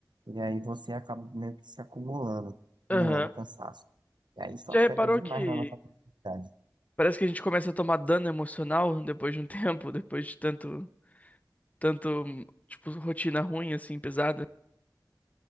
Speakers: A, on the right; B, on the left.
A: E aí você acaba meio que se acumulando, acumulando
B: Aham.
A: cansaço. E aí isso
B: Já
A: afeta
B: reparou
A: demais
B: que.
A: na nossa produtividade.
B: Parece que a gente começa a tomar dano emocional depois de um <laughs> tempo, depois de tanto, tanto, tipo, rotina ruim, assim, pesada.